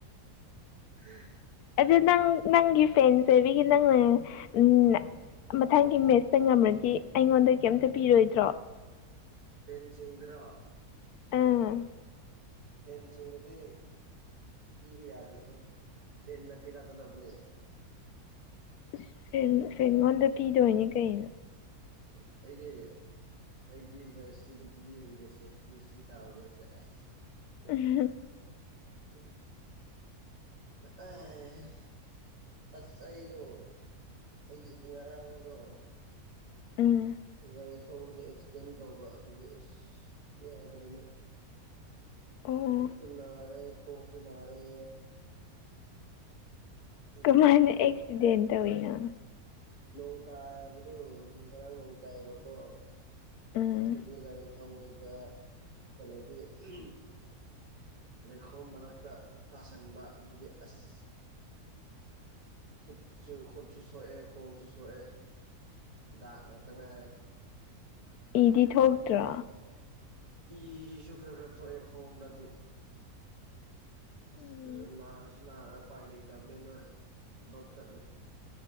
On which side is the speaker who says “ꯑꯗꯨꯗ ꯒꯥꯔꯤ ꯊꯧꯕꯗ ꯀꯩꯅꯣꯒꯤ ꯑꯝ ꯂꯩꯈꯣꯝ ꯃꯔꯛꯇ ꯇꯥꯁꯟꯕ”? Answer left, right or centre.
Right